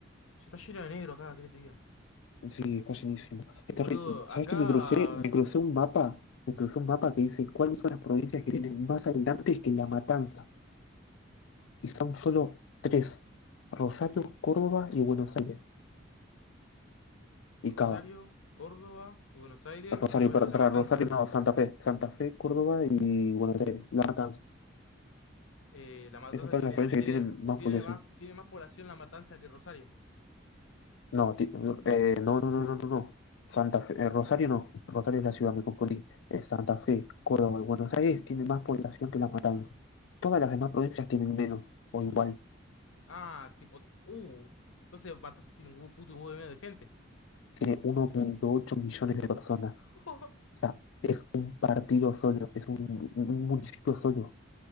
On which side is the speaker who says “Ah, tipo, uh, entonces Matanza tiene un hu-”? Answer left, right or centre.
Left